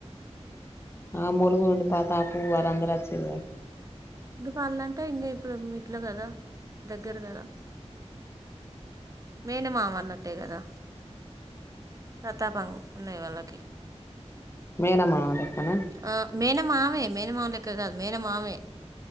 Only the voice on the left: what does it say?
ఆ ములుగు నుండి ప్రతాప్ వాళ్ళ అందరూ వచ్చిరూ కదా
మేనమామ లేక్కన